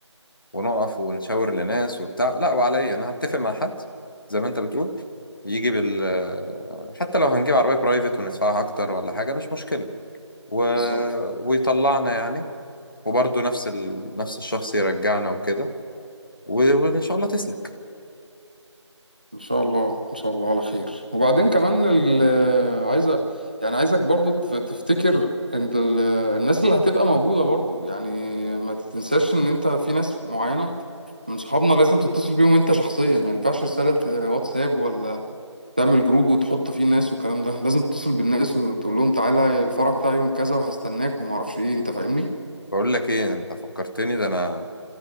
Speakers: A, on the left; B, on the right.
A: ونقف ونشاور لناس وبتاع لا وعليا انا هتفق مع حد زي ما انت بتقول يجي بال آه، حتى لو هنجيب عربية برايفت وندفعها اكتر ولا حاجة مش مشكلة و...
B: بالظبط
A: ويطلعنا يعني وبرضه نفس ال... نفس الشخص يرجعنا وكده و... وان شاء الله تسلك
B: ان شاء الله ان شاء الله على خير وبعدين
A: آه،
B: كمان ال... عايزة يعني عايزك برضو تف- تفتكر ان ال... الناس اللي هتبقى موجودة برضو يعني ما تنساش ان انت في ناس معينة من صحابنا لازم تتصل بيهم انت شخصيا ما ينفعش رسالة واتساب ولا تعمل جروب وتحط فيه الناس والكلام ده لازم تتصل بالناس وتقول لهم تعالى الفرح بتاعي يوم كذا وهستناك وما اعرفش ايه انت فاهمني
A: بقول لك ايه انت فكرتني ده انا